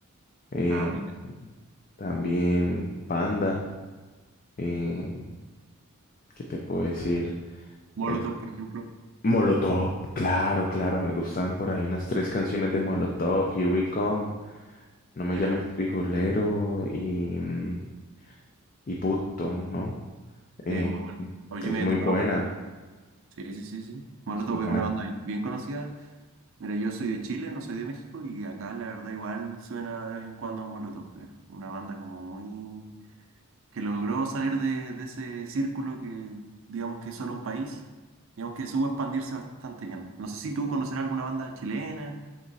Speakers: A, on the left; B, on the right.
A: eh,
B: claro. mira,
A: también Panda, eh, ¿qué te puedo decir?
B: Molotov,
A: En-
B: por ejemplo,
A: Molotov, claro, claro, me gustan por ahí unas tres canciones de Molotov, Here We Come, No me
B: eh,
A: llames frijolero y, mm, y puto, ¿no? Eh,
B: sí, muy bueno. O Jimmy
A: es muy
B: Eat the
A: buena,
B: Power. Sí, sí, sí, sí. Molotov
A: es muy buena.
B: es una banda bi- bien conocida. Mira, yo soy de Chile, no soy de México, y acá la verdad igual suena de vez en cuando Molotov. Es una banda como muy que logró salir de, de ese círculo que digamos que es solo un país, digamos que supo expandirse bastante bien. No sé si tú conocerás alguna banda chilena